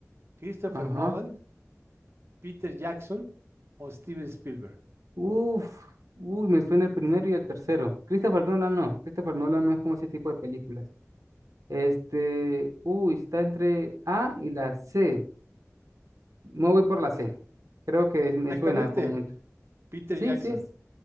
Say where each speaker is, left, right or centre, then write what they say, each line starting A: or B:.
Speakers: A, on the right (about 50°); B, on the right (about 80°).
A: Christopher
B: Ajá.
A: Nolan, Peter Jackson o Steven Spielberg?
B: Uf, uy, me suena el primero y el tercero. Christopher Nolan no. Christopher Nolan no es como ese tipo de películas. Este, uy, está entre A y la C. Me voy
A: Ah,
B: por la C. Creo que es- me
A: Exactamente.
B: suena como. int-
A: Peter
B: Sí,
A: Jackson,
B: sí, es.